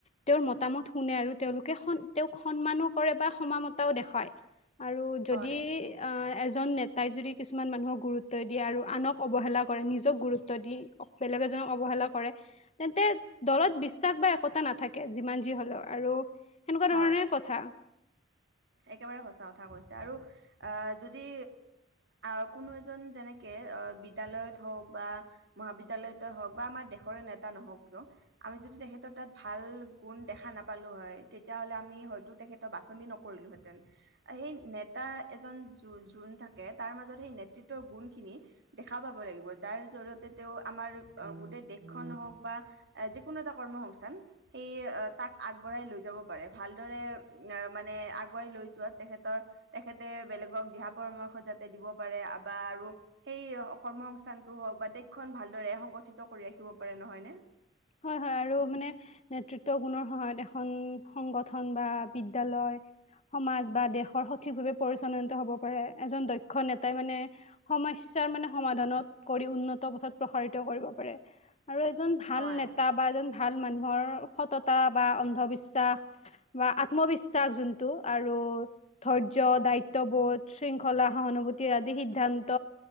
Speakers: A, on the left; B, on the right.
A: তেওঁৰ মতামত শুনে আৰু। তেওঁলোকে স তেওঁক সন্মানো কৰে বা সমানতাও দেখুৱায় আৰু যদি
B: হয়
A: আহ এজন নেতাই যদি কিছুমান মানুহক গুৰুত্ব দিয়ে আৰু আনক অৱহেলা কৰে নিজক গুৰুত্ব দি বেলেগ এজনক অৱহেলা কৰে তেন্তে দলত বিশ্বাস বা একতা নাথাকে যিমান যি হলেও আৰু সেনেকোৱা
B: হয়
A: ধৰণে কথা
B: একেবাৰে সঁচা কথা কৈছে আৰু আহ যদি উ কোনো এজন যেনেকে। অ বিদ্যালয়ত হওঁক মহাবিদ্যালয়তে হওঁক বা আমাৰ দেশৰ নেতা নহওঁক কিয় আৰু যদি তেখেতৰ তাত ভাল গুণ দেখা নাপালো হয় তেতিয়াহ'লে আমি হয়তো তেখেতৰ বাছনি ন কৰিলোঁ হেতেন সেই নেতা এজন যো যোন থাকে তাৰ মাজত সেই নেতৃত্বৰ গুণখিনি দেখা পাব লাগিব যাৰ জৰিয়তে তেওঁ আমাৰ গোটেই দেশখন হওক বা যি কোনো এটা কৰ্ম সংস্থান এই তাক আগবঢ়াই লৈ যাব পাৰে ভাল দৰে উম মা নে আগুৱাই লৈ যোৱাত তেখেতৰ তেখেতে বেলেগক দিহা পৰামৰ্শ যাতে দিব পাৰে বা আৰু সেই কৰ্ম সংস্থানটো হওক বা দেশখন ভালদৰে সংগঠিত কৰি ৰাখিব পাৰে নহয়নে।
A: হয় হয় আৰু মানে নেতৃত্ব গুণৰ সহায়ত এখন সংগঠন বা বিদ্যালয় সমাজ বা দেশৰ সঠিকভাৱে পৰিচালনিত হব পাৰে এজন দক্ষ নেতাই মানে সমাজ মানে সমাধানত কৰি উন্নত পথত প্ৰসাৰিত কৰিব পাৰে আৰু এজন ভাল
B: হয়
A: নেতা বা এজন ভাল মানুহৰ সততা বা অন্ধবিশ্বাস বা আত্মবিশ্বাস যোনটো আৰু ধৈৰ্য্য দায়িত্ববোধ শৃংখলা সহানুভূতি আদি সিদ্ধান্ত